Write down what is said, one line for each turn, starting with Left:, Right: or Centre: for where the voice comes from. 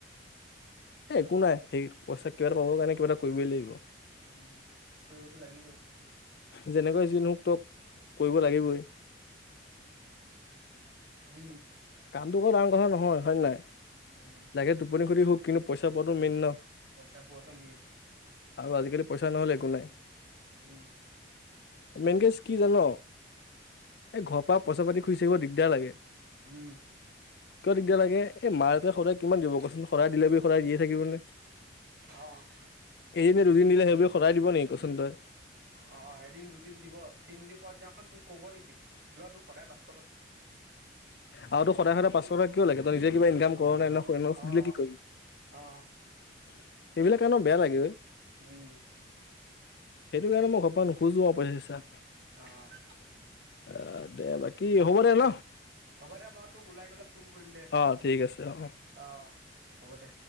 Left: এ একো নাই। সেই, পইচা কিবা এটা পাবৰ কাৰণে কিবা এটা কৰিবই লাগিব।
Right: উম কৰিবতো লাগিবই।
Left: যেনেকৈ যি নহওঁক, তই কৰিব লাগিবই।
Right: হুম।
Left: কামটো কৰ ডাঙৰ কথা নহয়, হয়নে নহয়?
Right: উম,
Left: লাগে টোপনি খটি হক কিন্তু পইচা পোৱাটো মেইন ন?
Right: পইচা পোৱাটো মেইন
Left: আৰু আজিকালি পইচা নহ'লে একো নাই।
Right: উম,
Left: মেইন কেছ কি জান? এই ঘৰৰ পৰা পইচা-পাতি খুজি থাকিব দিগদাৰ লাগে।
Right: উম।
Left: কিয় দিগদাৰ লাগে? এই মাহতে সদায় কিমান? দিব কচোন, সদায় দিলে বুলিয়ে সদায় দিয়ে থাকিব নে?
Right: অ',
Left: এদিন নে দুদিন দিলে, সেইবুলি সদায় দিব নেকি কচোন তই?
Right: অ', এদিন দুদিন দিব তিনি দিনৰ দিনাখন তোক ক'ব নেকি? লোৱাটো সদায় পাছ
Left: আৰুতো সদায়-সদায় পাঁচশ টকা কিয় লাগে? তই নিজে কিবা ইনকাম কৰ নাই
Right: অ',
Left: সুধিলে
Right: অ',
Left: কি কৰিবি?
Right: অ',
Left: সেইবিলাক কাৰণত বেয়া লাগে অই।
Right: উম।
Left: সেইটোকাৰণে মই ঘৰপা নুখোজো আৰু পইচা-চইচা।
Right: অ'।
Left: অ' দে <unintelligible> কি, হ'ব দে ন।
Right: হ'ব দে, মই তোক ওলাই গ'লে। ফোন কৰিম দে,
Left: অ ঠিক আছে অ
Right: অ'। হ'ব দে।